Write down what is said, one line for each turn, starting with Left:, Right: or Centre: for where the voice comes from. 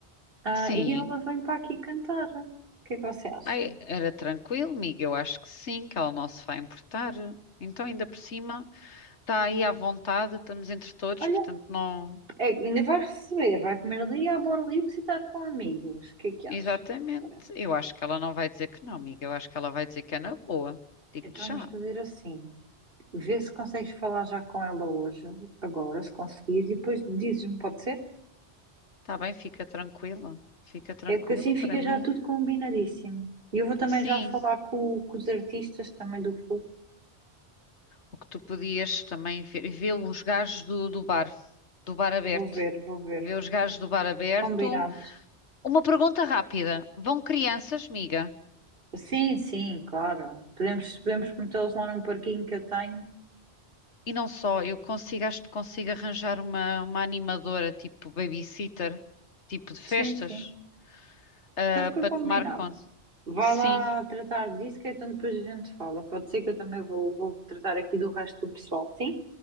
Right: Ah,
Left: sim.
Right: e ela vem para aqui cantar. O que é que você acha?
Left: Ai, era tranquilo, Miga. Eu acho que sim, que ela não se vai importar. Então, ainda por cima, está aí à vontade, estamos entre todos,
Right: Olha,
Left: portanto, não.
Right: é- ainda vai receber, vai comer ali à borda e está com amigos. O que é que
Left: Exatamente.
Right: acha? Parece.
Left: Eu acho que ela não vai dizer que não, amiga. Eu acho que ela vai dizer que é na boa. Digo-te
Right: Então vamos
Left: já.
Right: fazer assim. Vê se consegues falar já com ela hoje, agora, se conseguires, e depois dizes-me, pode ser?
Left: Tá bem, fica tranquila. Fica tranquila
Right: É porque assim fica
Left: para mim.
Right: já tudo combinadíssimo. E eu vou também
Left: Sim,
Right: já falar com, com os artistas também do Fogo.
Left: o que tu podias também ver, ver os gajos do, do bar, do bar aberto.
Right: Vou ver, vou ver.
Left: Ver os gajos do bar aberto.
Right: Combinado.
Left: Uma pergunta rápida. Vão crianças, Miga?
Right: Sim, sim, claro. Podemos, podemos metê-los lá num parquinho que eu tenho.
Left: E não só, eu consigo, acho que consigo arranjar uma, uma animadora, tipo babysitter, tipo de festas,
Right: Sim, sim.
Left: ah,
Right: Então fica
Left: para
Right: combinado.
Left: tomar conta.
Right: Vai
Left: Sim,
Right: lá tratar disso, que então depois a gente fala. Pode ser que eu também vou, vou tratar aqui do resto do pessoal, sim?